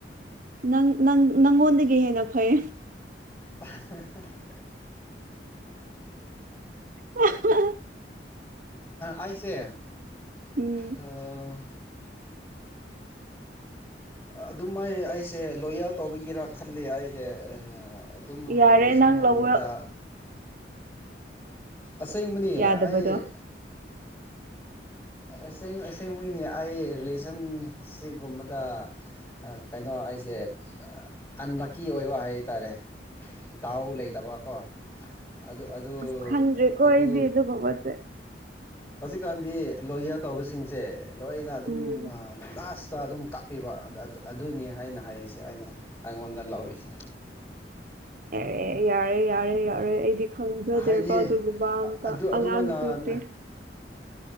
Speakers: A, on the right; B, on the left.
A: ꯅꯪꯪ ꯅꯪꯉꯣꯟꯗꯒꯤ ꯍꯦꯟꯅ ꯐꯩ
B: <inaudible> <inaudible>
A: <unintelligible>
B: ꯑꯩꯁꯦ
A: ꯎꯝ
B: ꯑꯥ ꯑꯗꯨꯝ ꯃꯥꯏ ꯑꯩꯁꯦ ꯂꯣꯌꯦꯜ ꯇꯧꯕꯒꯤꯔꯥ ꯈꯜꯂꯤ ꯑꯩꯁꯦ ꯑꯗꯨꯝ
A: ꯌꯥꯔꯦ
B: ꯔꯤꯂꯦꯁꯟꯒꯨꯝꯕꯗ
A: ꯅꯪ ꯂꯧꯕ
B: ꯑꯁꯦꯡꯕꯅꯤ
A: ꯌꯥꯗꯕꯗꯣ
B: ꯑꯩ ꯑꯁꯦꯡ ꯑꯁꯦꯡꯕꯒꯤꯅꯤ ꯑꯩ ꯔꯤꯂꯦꯁꯟꯁꯤꯞꯒꯨꯝꯕꯗ ꯑꯥ ꯀꯩꯅꯣ ꯑꯩꯁꯦ ꯑꯟꯂꯛꯀꯤ ꯑꯣꯏꯕ ꯍꯥꯏꯇꯥꯔꯦ ꯗꯥꯎ ꯂꯩꯇꯕꯀꯣ ꯑꯗꯨ ꯑꯗꯨ
A: ꯑꯁ ꯈꯪꯗ꯭ꯔꯦꯀꯣ
B: ꯑꯗꯨ
A: ꯑꯩꯗꯤ ꯑꯗꯨꯒꯨꯝꯕꯁꯦ
B: ꯍꯧꯖꯤꯛꯀꯥꯟꯗꯤ ꯂꯣꯌꯌꯔ ꯇꯧꯕꯁꯤꯡꯁꯦ ꯂꯣꯏꯅ ꯑꯗꯨꯝ
A: ꯎꯝ
B: ꯂꯥꯁꯇ ꯑꯗꯨꯝ ꯀꯞ ꯄꯤꯕ ꯑꯗꯨꯅꯤ ꯍꯥꯏꯅ ꯍꯥꯏꯔꯤꯁꯦ ꯑꯩꯅ ꯑꯩꯉꯣꯟꯗ ꯂꯧꯔꯤꯁꯦ
A: ꯑꯦꯔꯦ ꯌꯥꯔꯦ ꯌꯥꯔꯦ ꯌꯥꯔꯣꯏ ꯑꯩꯗꯤ ꯈꯪꯖꯗꯦꯀꯣ
B: ꯍꯥꯏꯗꯤ
A: ꯑꯗꯨꯒꯨꯝꯕ ꯑꯝꯇ
B: ꯑꯗꯨ ꯑꯗꯨꯃꯥꯏꯅ
A: ꯑꯉꯥꯡꯁꯨ ꯅꯠꯇꯦ